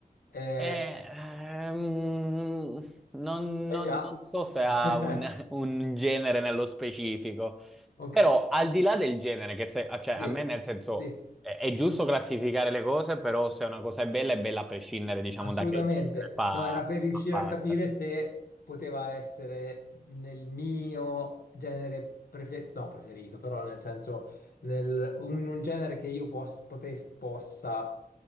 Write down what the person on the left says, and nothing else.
Eh,
eh
già.
<laughs>
Ok.
Sì,
sì,
assolutamente.
No, era per riuscire
a capire se poteva essere nel mio genere preferito, no, preferito, però nel senso, nel, un, un genere che io pos- potes- possa